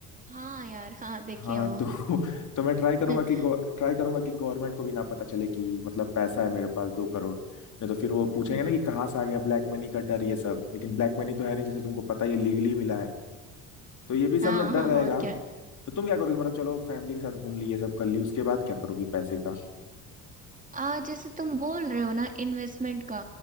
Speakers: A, on the right; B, on the left.
A: हाँ यार हाँ देखे
B: हाँ
A: हैं वो
B: तो <laughs> तो मैं ट्राई करूंगा
A: <laughs>
B: कि ट्राई करूंगा कि गवर्नमेंट को भी ना पता चले कि मतलब पैसा है मेरे पास दो करोड़ नहीं तो फिर वो पूछेंगे
A: हम्म,
B: ना कि कहाँ से आ गया ब्लैक मनी का डर ये सब लेकिन ब्लैक मनी तो है नहीं जैसे तुमको पता है, ये लीगली मिला है तो ये भी सब
A: हाँ
B: मतलब डर
A: हाँ
B: रहेगा
A: और क्या
B: तो तुम क्या करोगे मतलब चलो फैमिली के साथ घूम ली ये सब कर ली उसके बाद क्या करोगी पैसे का
A: आ जैसे तुम बोल रहे हो ना इन्वेस्टमेंट का